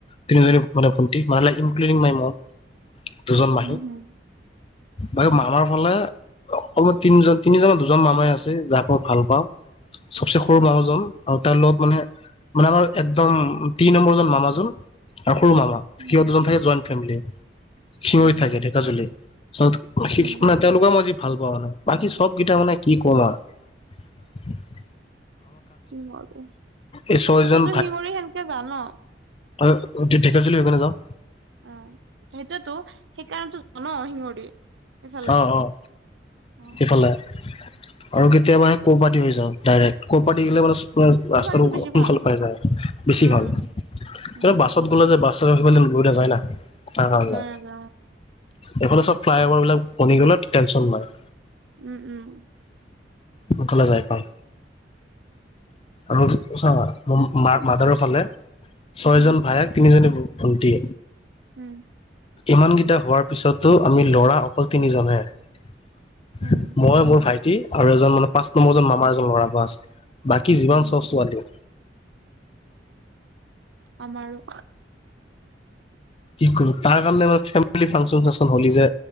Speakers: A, on the left; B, on the right.
A: তিনিজনী মানে ভণ্টি মানে ইনক্লুডিং মাই মম। দুজন মাহী।
B: উম, হম,
A: বাকী মামাৰ ফালে অকন তিনিজন তিনিজনৰ দুজন মামাই আছে যাক মই ভাল পাওঁ চবচে সৰু মামাজন আৰু তাৰ লগত মানে- মানে আমাৰ একদম তিনি নম্বৰ জন মামাজন আৰু সৰু মামা
B: উম,
A: সিহঁত দুজন থাকে জইন ফেমেলীত। শিয়ৰিত
B: উম,
A: থাকে ধেকা জুলি চত <unintelligible>
B: উম,
A: তেওঁলোকৰ মইজি। ভাল পোৱা নাই বাকী চ সবকেইটা মানে কি কম আৰ
B: শিৱৰী
A: এই ছয়জন
B: ততো শিৱৰি সেনেকে গা ন?
A: আৰু ঢেকীয়াজুলি হৈ কিনে যাওঁ।
B: অ সেইটোয়েটো সেইকাৰণেটো জা ন শিঙৰি। এইফালে
A: অঁ অঁ
B: অ',
A: এইফালে আৰু কেতিয়াবা সেই ক'পাতি হৈ যাওঁ ডাইৰেক্ট ক'ৰপাতি গলে মানে
B: সেইফালেতো
A: ৰাস্তাটো
B: বেছি
A: সোনকালে
B: ভাল
A: পাই যায় বেছি
B: উম,
A: ভাল
B: উম,
A: কিন্তু বাছত গ'লে যে <unintelligible> ভয় না তাৰ কাৰণে
B: অ অ
A: এইফালে চব ফ্লাইঅ'ভাৰ বিলাক মণী গুলাত টেনশ্যন নাই
B: উম উম
A: সফালে যাই পাম আৰু মোৰ মা মাদাৰৰ ফালে ছয়
B: উম,
A: জন ভায়েক তিনিজনী বোৰ থটি
B: উম
A: ইমান কেইটা হোৱাৰ পিছতো আমি ল'ৰা অ তিনিজন হে
B: উম,
A: মই মোৰ ভাইটি আৰু এজন মানে পাঁচ নম্বৰ জন মামাৰ এজন ল'ৰা বা আছে বাকী যিমান
B: উম,
A: চব ছোৱালী
B: আমাৰো
A: কি কৰো তাৰ কাৰণে মান ফেমলি ফাংচন চাংচন হলি যে